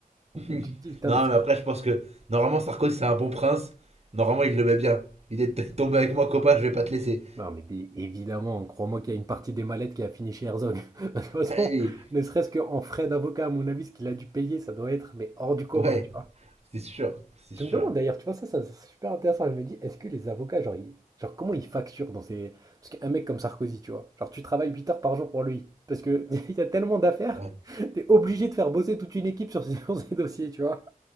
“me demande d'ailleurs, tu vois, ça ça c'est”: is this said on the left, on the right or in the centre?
Right